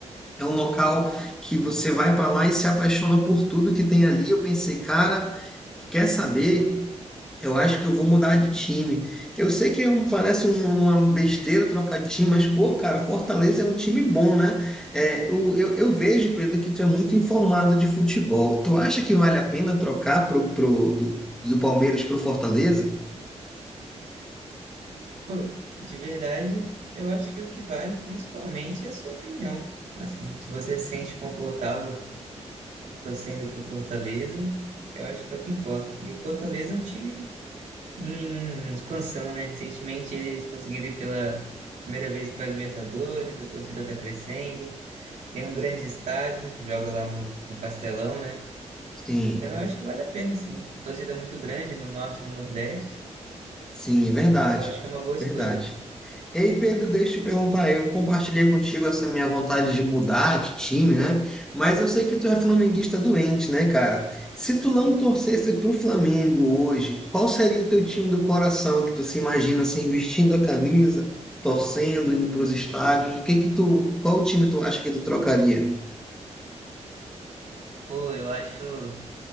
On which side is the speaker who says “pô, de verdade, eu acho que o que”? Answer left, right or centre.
Right